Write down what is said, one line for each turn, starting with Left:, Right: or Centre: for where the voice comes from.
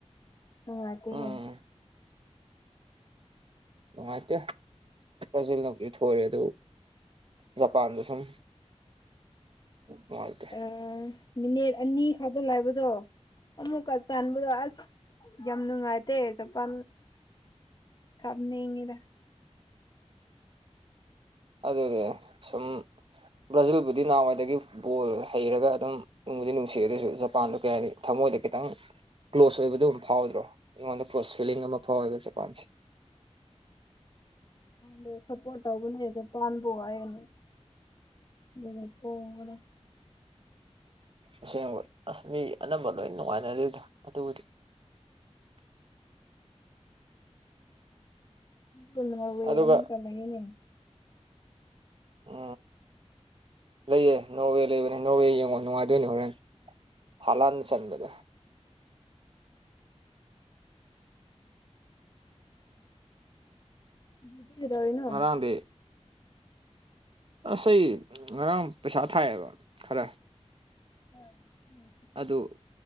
Left: ꯑ ꯑꯗꯨꯗꯅꯦ
Right: ꯎꯝ ꯅꯨꯡꯉꯥꯏꯇꯦ ꯐꯖꯤꯂꯗꯤ ꯊꯣꯏꯔꯦ ꯑꯗꯨ ꯖꯄꯥꯟꯗ ꯁꯨꯝ ꯅꯨꯡꯉꯥꯏꯇꯦ
Left: ꯑ ꯃꯤꯅꯤꯠ ꯑꯅꯤ ꯈꯥꯗꯜꯂꯕꯗꯣ ꯑꯃꯨꯛꯀ ꯇꯥꯟꯕꯗꯣ ꯑꯁ ꯌꯥꯝꯝꯅꯨꯡꯉꯥꯏꯇ ꯆ ꯐ ꯈꯕꯉꯔ
Right: ꯑꯗꯗꯦ ꯁꯨꯝ ꯕ꯭ꯔꯥꯖꯤꯜꯕꯨꯗꯤ ꯅꯍꯥꯟꯋꯥꯏꯗꯒꯤ ꯕꯣꯜ ꯍꯩꯔꯒ ꯑꯗꯨꯝ ꯅꯨꯡꯗꯤ ꯅꯨꯡꯁꯤꯑꯗꯁꯨ ꯖꯄꯥꯟꯗ ꯀꯌꯥ ꯊꯝ ꯖ ꯀꯦꯇꯪ ꯀ꯭ꯂꯣꯁ ꯑꯣꯏꯕꯗ ꯑꯗꯨꯝ ꯐꯥꯎꯗ꯭ꯔꯣ ꯑꯩꯉꯣꯟꯗ ꯀ꯭ꯂꯣꯁ ꯐꯤꯂꯤꯡ ꯑꯃ ꯐꯥꯎꯋꯦꯕ ꯖꯄꯥꯟꯁꯦ
Left: ꯗ ꯁꯄꯣꯇꯕꯨꯅꯗ ꯄꯅ ꯄꯣꯅꯤ ꯗꯨꯨꯅꯦ ꯄꯣꯒꯔꯦ
Right: ꯑꯁꯦꯡꯕ ꯑꯁ ꯃꯤ ꯑꯅꯝꯕ ꯂꯣꯏ ꯅꯨꯡꯉꯥꯏꯅꯗꯦꯗ ꯑꯗꯨꯕꯨꯗꯤ
Left: ꯀꯨꯜ ꯍꯧꯏ
Right: ꯑꯗꯨꯒ
Left: ꯑꯃꯨꯛꯀ ꯂꯩꯌꯦꯅꯦ
Right: ꯑ ꯂꯩꯌꯦ ꯅꯣꯔꯋꯦ ꯂꯩꯕꯅꯦ ꯅꯣꯔꯋꯦ ꯌꯦꯡꯉꯣ ꯅꯨꯡꯉꯥꯏꯗꯣꯏꯅꯦ ꯍꯣꯔꯦꯟ ꯍꯥꯂꯥꯟ ꯆꯟꯕꯗ
Left: ꯍꯧꯖꯤꯛꯇꯤ ꯀꯩꯗꯧꯔꯤ ꯅꯣ
Right: ꯉꯔꯥꯡꯗꯤ ꯑꯁ ꯑꯩ ꯉꯔꯥꯡ ꯄꯩꯁꯥ ꯊꯥꯏꯑꯌꯦꯕ ꯈꯔ
Left: ꯎꯝ ꯎꯝ
Right: ꯑꯗꯨ